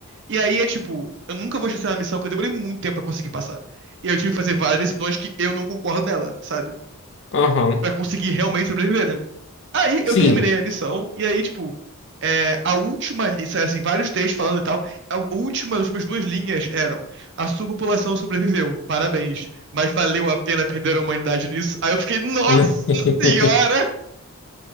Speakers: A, on the right; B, on the left.
A: E aí é tipo, eu nunca vou esquecer uma missão que eu demorei muito tempo pra conseguir passar. E eu tive que fazer várias decisões que eu não concordo nela, sabe?
B: uhum.
A: Pra conseguir realmente sobreviver, né? Aí
B: Sim.
A: eu terminei a missão, e aí, tipo, é, a última, li- assim, vários textos falando e tal, a última, as últimas duas linhas eram: a sua população sobreviveu, parabéns, mas valeu a pena perder a humanidade nisso. Aí eu fiquei, nossa
B: <laughs>
A: senhora,